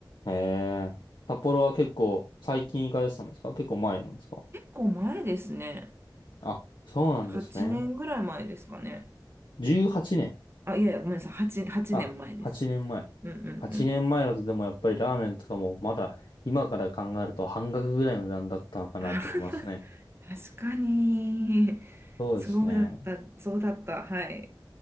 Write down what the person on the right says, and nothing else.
構前ですね。
8年ぐらい前ですかね。
あ、いやいや、ごめんなさい。8、8年前です。
うんうんうん。
あ <laughs> 確かに、
そうだった、そうだった。はい。